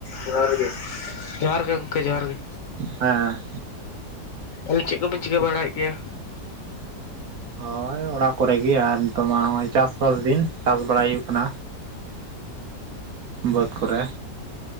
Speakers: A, on the left (about 60°); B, on the right (about 65°).
A: ᱡᱚᱦᱟᱨ ᱜᱮ ᱡᱚᱷᱟᱨᱜᱮ ᱜᱚᱝᱠᱮ ᱡᱚᱦᱟᱨ ᱜᱮ᱾
B: ᱦᱮᱸ
A: ᱚᱞ ᱪᱮᱫ ᱠᱚᱵᱤᱱ ᱪᱤᱠᱟᱹ ᱵᱟᱲᱟᱭᱮᱫ ᱜᱮᱭᱟ?
B: ᱦᱳᱭ ᱚᱲᱟᱜ, ᱠᱚᱨᱮ ᱜᱮ ᱟᱨ ᱱᱤᱛᱳ ᱢᱟ ᱱ-ᱚᱭ ᱪᱟᱥᱼᱵᱟᱥ ᱫᱤᱱ ᱪᱟᱥ ᱵᱟᱲᱟᱭ ᱦᱩᱭᱩᱜ ᱠᱟᱱᱟ᱾ ᱵᱟᱹᱫᱽ ᱠᱚᱨᱮ,